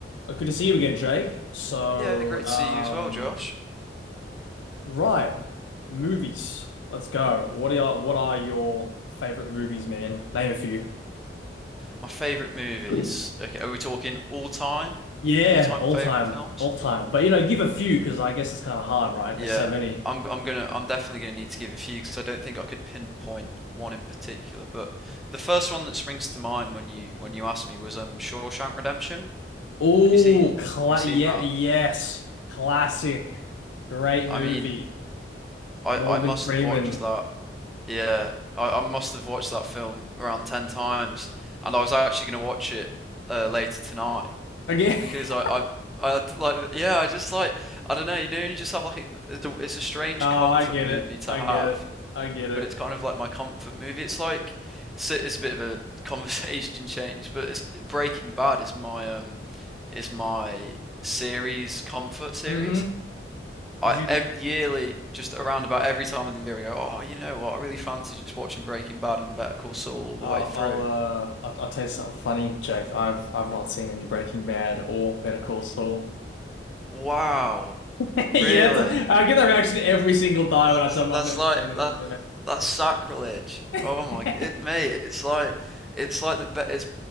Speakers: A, on the left; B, in the centre.
A: Well, Good to see you again, Jake. So,
B: Yeah, great
A: um,
B: to see you as well, Josh.
A: right, movies. Let's go. What are what are your favorite movies, man? Name a few.
B: My favorite movies.
A: Good.
B: Okay, are we talking all time?
A: Yeah,
B: All time
A: all
B: favorite
A: time,
B: films?
A: all time. But you know, give a few because I guess it's kind of hard, right?
B: Yeah,
A: There's so many.
B: I'm I'm gonna I'm definitely gonna need to give a few because I don't think I could pinpoint one in particular. But the first one that springs to mind when you when you asked me was um Shawshank Redemption.
A: Oh,
B: Have you seen
A: cla
B: have you seen
A: yeah,
B: that?
A: yes, classic, great
B: I
A: movie.
B: mean, I
A: Morgan
B: I must
A: Freeman
B: have watched that. Yeah, I, I must have watched that film around ten times, and I was actually gonna watch it uh, later tonight.
A: again.
B: because
A: <laughs>
B: I, I, I like, yeah, I just like, I don't know, you know, and you just have like, a, it's a, it's a strange
A: No,
B: comfort
A: I get
B: movie
A: it.
B: to
A: I
B: have,
A: get it. I get it.
B: but it's kind of like my comfort movie. It's like, it's a, it's a bit of a <laughs> conversation change, but it's Breaking Bad is my um, is my series comfort series.
A: Mm-hmm.
B: I
A: Would you?
B: ev yearly, just around about every time of the year, I go, oh, you know what? I really fancy just watching Breaking Bad and Better Call Saul all the
A: Uh,
B: way through.
A: I'll uh, I'll, I'll tell you something funny, Jake. I've I've not seen any Breaking Bad or Better Call Saul. <laughs>
B: Wow,
A: Yeah,
B: really?
A: it's, a, I get that reaction every single time
B: That's
A: when I tell them I've
B: that's
A: never
B: like
A: seen
B: that
A: it.
B: that's sacrilege.
A: Yeah.
B: Oh my, it mate,
A: <laughs>
B: it's like it's like the be, it's